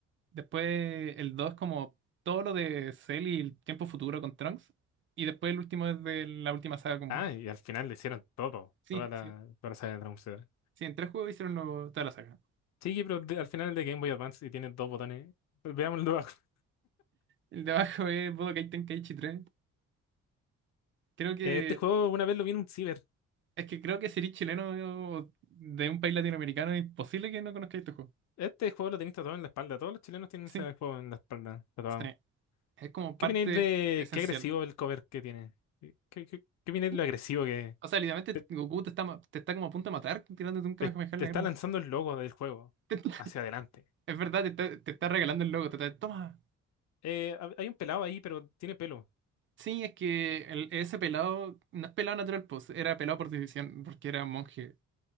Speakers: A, on the right; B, on the left.
A: Después el 2 es como todo lo de Cell y el tiempo futuro con Trunks. Y después el último es de la última saga con
B: Ah,
A: Buu.
B: y al final le hicieron todo,
A: Sí,
B: toda la,
A: sí.
B: toda la saga de Dragon Zeta.
A: Sí, en tres juegos hicieron lo- toda la saga.
B: Sí, pero de- al final es de Game Boy Advance y tiene dos botones. Veámoslo abajo. <laughs>
A: El de abajo es Budokai Tenkaichi 3. Creo que
B: Eh, Este juego una vez lo vi en un ciber.
A: Es que creo que si eres chileno o de un país latinoamericano es imposible que no conozcáis este juego.
B: Este juego lo tenéis tatuado en la espalda. Todos los chilenos tienen
A: Sí,
B: ese juego en la espalda tatuado.
A: sí. Es como
B: ¿Qué
A: parte
B: opináis de
A: esencial.
B: qué agresivo el cover que tiene? ¿Qué, qué, qué qué opináis
A: Sí.
B: de lo agresivo que es?
A: O sea, literalmente
B: te,
A: Goku te está, ma- te está como a punto de matar tirándote un Kamehameha
B: te-
A: en
B: te
A: la
B: está
A: cara.
B: lanzando el logo del juego
A: <laughs>
B: hacia
A: Te
B: adelante?
A: es verdad, te está, te está regalando el logo. Te está, toma.
B: Eh, hab- hay un pelado ahí, pero tiene pelo.
A: Sí, es que el- ese pelado no es pelado natural, pues era pelado por decisión, porque era monje.